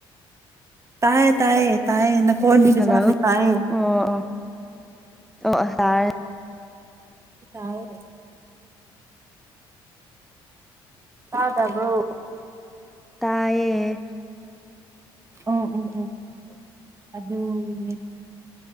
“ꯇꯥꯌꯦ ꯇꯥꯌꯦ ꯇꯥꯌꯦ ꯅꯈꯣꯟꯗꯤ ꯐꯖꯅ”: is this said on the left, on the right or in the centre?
Right